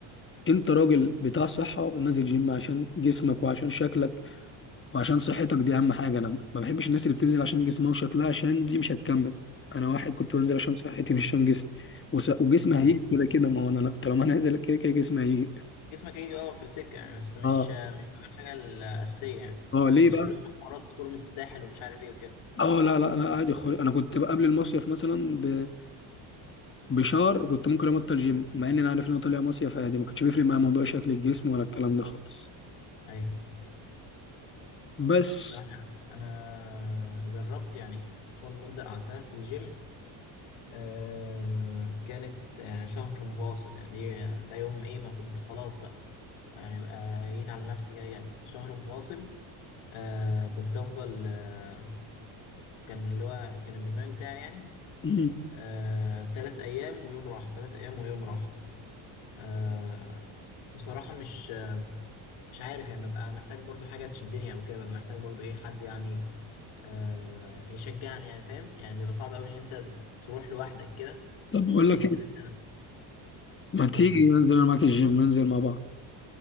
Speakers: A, on the left (about 25°); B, on the left (about 80°).
A: أنت راجل بتاع صحة ونازل جيم عشان جسمك وعشان شكلك وعشان صحتك دي أهم حاجة أنا ما بحبش الناس اللي بتنزل عشان جسمها وشكلها عشان دي مش هتكمل أنا واحد كنت بنزل عشان صحتي مش عشان جسمي وس- وجسمي هيجي
B: ايوه
A: كده كده ما هو أنا لو- طالما أنا نازل كده كده جسمي هيجي
B: جسمك هيجي اه في السكه يعني بس مش
A: اه
B: مش بيبقى الحاجه الاساسيه يعني
A: اه ليه
B: مش
A: بقى
B: اللي هو حوارات فورمه الساحل ومش عارف ايه وكده
A: اه لا لا انا عادي خل... انا كنت بقى قبل المصيف مثلا ب... بشهر كنت ممكن ابطل جيم مع ان انا عارف ان انا طالع مصيف عادي ما كانش بيفرق معايا موضوع شكل الجسم ولا الكلام ده خالص
B: ايوه
A: بس
B: لا، انا انا جربت يعني اطول مده قعدتها في الجيم آه كانت آه شهر متواصل يعني إيه، ده يوم ايه ما كنت خلاص بقى يعني بقى جيت على نفسي كده جامد شهر متواصل آه كنت افضل آه كان اللي هو كان البرنامج بتاعي يعني
A: مم.
B: آه تلات ايام ويوم راحة تلات ايام ويوم راحة آه بصراحة مش آه مش عارف يعني ببقى محتاج برضو حاجة تشدني او كده ببقى محتاج برضو ايه حد يعني آه يعني يشجعني يعني فاهم يعني بيبقى صعب قوي ان انت تروح لوحدك كده
A: طب بقول
B: تحس
A: لك ايه
B: ان انت
A: ما تيجي
B: قول
A: ننزل انا معاك الجيم ننزل مع بعض